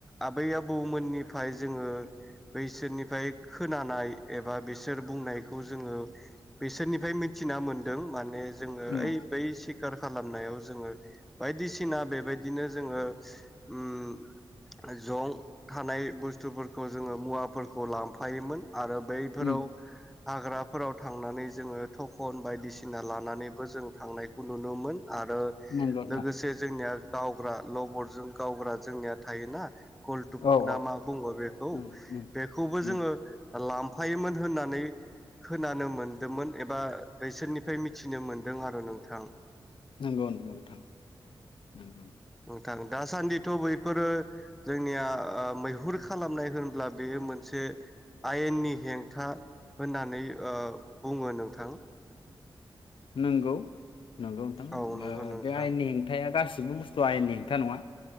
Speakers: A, in the centre; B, on the left.
A: आबै आबौमोननिफ्राय जोङो बैसोरनिफ्राय खोनानाय एबा बिसोर बुंनायखौ जोङो बिसोरनिफ्राय मिथिना मोनदों माने जोङो
B: उम
A: ओइ बै सिख खार खालामनायाव जोङो बायदिसि ना बेबायदिनो जोङो उम जं थानाय बुस्थुफोरखौ जोङो मुवाफोरखौ लांफायोमोन । आरो बैफोराव
B: उम
A: हाग्राफोराव थां थांनानै जोङो थ'कन बायदिसिना लानानैबो जों थांनायखौ नुनोमोन। आरो
B: नंगौ नोंथां
A: लोगोसे जोंनिया गावग्रा लबरजों गावग्रा जोंनिया थायोना कलटुब
B: औ
A: ना
B: औ
A: मा बुङो बेखौ
B: उम उम
A: बेखौबो जोङो‌
B: उम
A: लांफायोमोन होननानै खोनानो मोनदोंमोन एबा बैसोरनिफ्राय मिथिनो मोनदों आरो नोंथां।
B: नंगौ नंगौ नोंथां नंगौ।
A: थां दासान्दिथ' बैफोरो जोंनिया मैहुर खालामनाय होनब्ला बेयो मोनसे आयेननि हेंथा होननानै ओ बुङो नोंथां।
B: नोंगौ। नोंगौ नोंथां
A: औ नंगौ
B: ओ
A: नोंथां
B: बे आयेननि हेंथाया गासिबो गासिबो बुस्थुआ आयेननि हेंथा नङा।